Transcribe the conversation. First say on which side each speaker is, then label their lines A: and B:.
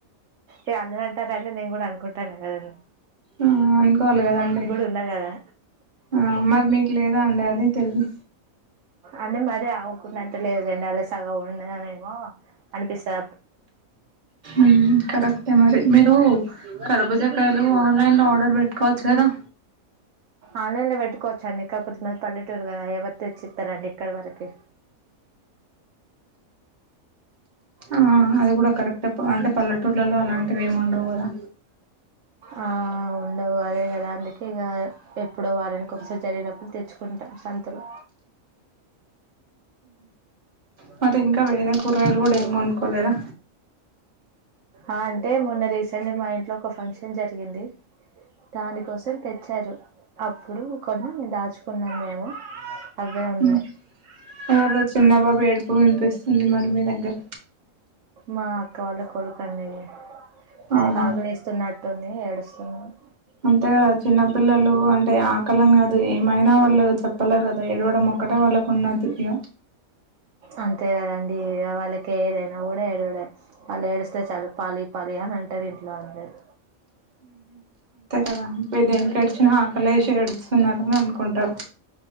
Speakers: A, on the right; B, on the right.
A: ఏ అందర్ అంటారానీ నేను కూడా అనుకుంటాను గదండీ.
B: ఆహ్ అనుకొవలిగదండి
A: ఉన్నా కదా
B: ఆహ్ మరి మీకు లేదా అండి అది. అదే తేల్వి.
A: అంటే మరి ఆమేకున్నంత లేదులేండి. అల్లా సగం ఉన్నదెమో అనిపిస్తా.
B: ఉమ్ కరక్టే మరి మీరు కరుబుజాకాయలు ఆన్లైన్. ఆర్డర్ పెట్టుకోవచ్చుగదా.
A: ఆన్లైన్ లో పెట్టుకోవచ్చాండి కాపోతే మర్. పల్లెటూరు గదా ఎవరు తెచ్చిస్తారండి ఇక్కడి వరకి.
B: ఆహ్ అది గూడ కరెక్ట్ పాయింట్ పల్లెటూళ్లలో అలాంటివి ఏమ్ ఉండవు గదా.
A: ఆహ్ ఉండవు అదే కదా అందుకే ఇగా ఎప్పుడో వారానికి ఒకసారి జరిగినప్పుడు తెచ్చుకుంటా. సంతలో.
B: మధింక వేరే కూరగాయలు కూడా ఏమ్ కోన్కోలేదా.
A: ఆహ్ అంటే మొన్న రీసెంట్గా మా ఇంట్లో ఒక ఫంక్షన్ జరిగింది. దానికోసం తెచ్చారు అప్పుడు కొన్నీ దాచుకున్నం మేము. అవే ఉన్నాయి
B: ఉమ్ ఎవరిదో చిన్నబాబు ఏడుపు వినిపిస్తుంది మరి మీ దగ్గర.
A: మా అక్క వాళ్ళ కొడుకండి తనకు
B: అవునా
A: ఆకలేస్తున్నట్టుంది ఏడుస్తున్నాడు.
B: అంతేకాదు చిన్నపిల్లలు అంటే ఆకలానిగాది. ఏమైనా వాళ్ళు చెప్పలేరుగదా ఏడ్వడం ఒక్కటే వాళ్ళకు ఉన్నది ఇగ.
A: అంతేగదండి ఇగ వాళ్ళకి ఏదైనగుడా ఏడ్వడే వాళ్ళు ఏడుస్తే చాలు పాలీ పాలీ అన్. అంటరు ఇంట్లో వాళ్ళు అందరు.
B: అదంత్ పెద్దియంక్ ఎడిసిన ఆకలేశే ఏడుస్తున్నారెమో అనుకొంటారు.